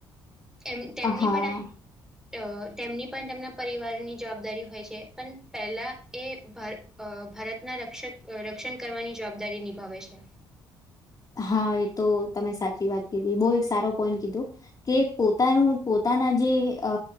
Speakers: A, in the centre; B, on the left (about 30°).
A: એમ તેમની
B: હા
A: પણઆ અ તેમની પણ તેમના પરિવારની જવાબદારી હોય છે, પણ પહેલા એ ભર અ ભારતના રકક્ષ- રક્ષણ કરવાની જવાબદારી નિભાવે છે.
B: હા એતો તમે સાચી વાત કીધી બહુ એક સારો પોઈન્ટ કીધું. કે પોતાનું પોતાના જેઅ